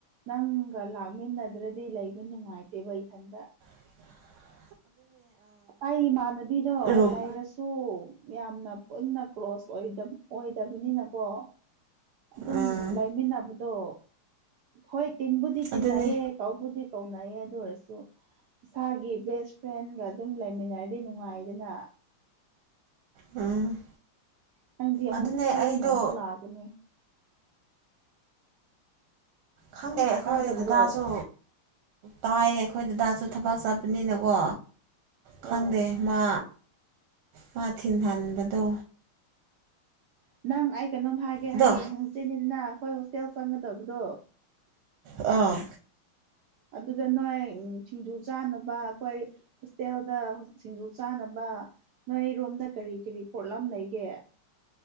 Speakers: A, on the right (about 70°); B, on the right (about 80°).
A: ꯅꯪꯒ ꯂꯥꯛꯃꯤꯟꯅꯗ꯭ꯔꯗꯤ ꯂꯩꯕ ꯅꯨꯡꯉꯥꯏꯇꯦꯕ ꯏꯊꯟꯗ
B: <inaudible>
A: ꯑꯩ ꯏꯃꯥꯟꯅꯕꯤꯗꯣ
B: ꯔꯨꯝ
A: ꯂꯩꯥꯏꯔꯁꯨ ꯌꯥꯝꯅ ꯄꯨꯟꯅ ꯀ꯭ꯂꯣꯁ ꯑꯣꯏꯗꯕꯅꯤꯅꯀꯣ ꯑꯗꯨꯝ
B: ꯎꯝ
A: ꯂꯩꯃꯤꯟꯅꯕꯗꯣ ꯍꯣꯏ ꯇꯤꯟꯕꯨꯗꯤ ꯇꯤꯟꯅꯩꯌꯦꯦ
B: ꯑꯗꯨꯅꯦ
A: ꯀꯥꯎꯗꯤ ꯀꯧꯅꯩꯑꯦ ꯑꯗꯨ ꯑꯣꯏꯔꯁꯨ ꯏꯁꯥꯒꯤ ꯕꯦꯁ ꯐ꯭ꯔꯦꯟꯒ ꯑꯗꯨꯝ ꯂꯩꯃꯤꯟꯅꯔꯗꯤ ꯅꯨꯡꯉꯥꯏꯗꯅ
B: ꯎꯝ
A: ꯅꯪꯗꯤ ꯑꯃꯨꯛ
B: ꯑꯗꯨꯅꯦ
A: ꯊꯦꯡꯅ
B: ꯑꯩꯗꯣ
A: ꯑꯃꯨꯛ ꯂꯥꯛꯑꯒꯅꯦ
B: ꯈꯪꯗꯦ ꯑꯩꯈꯣꯏ
A: ꯇꯥꯗꯕ꯭ꯔꯣ
B: ꯗꯥꯁꯨ ꯇꯥꯏꯌꯦ ꯑꯩꯈꯣꯏꯗꯨꯗꯁꯨ ꯊꯕꯛ ꯆꯠꯄꯅꯤꯅꯀꯣ ꯈꯪꯗꯦ
A: ꯑꯥ
B: ꯃꯥ ꯃꯥ ꯊꯤꯟ ꯍꯟꯥꯟꯕꯗꯣ
A: ꯅꯪ ꯑꯩ ꯀꯩꯅꯣꯝ ꯍꯥꯏꯒꯦ
B: ꯑꯗꯣ
A: ꯍꯌꯦꯡ ꯍꯪꯁꯤꯅꯦꯗꯅ ꯑꯩꯈꯣꯏ ꯍꯣꯁꯇꯦꯜ ꯆꯪꯒꯗꯕꯗꯣ
B: ꯑ
A: ꯑꯗꯨꯗ ꯅꯣꯏ ꯁꯤꯡꯖꯨ ꯆꯥꯅꯕ ꯑꯩꯈꯣꯏ ꯍꯣꯁꯇꯦꯜꯗ ꯁꯤꯡꯖꯨ ꯆꯥꯅꯕ ꯅꯣꯏꯔꯣꯝꯗ ꯀꯔꯤ ꯀꯔꯤ ꯄꯣꯠꯂꯝ ꯂꯩꯒꯦ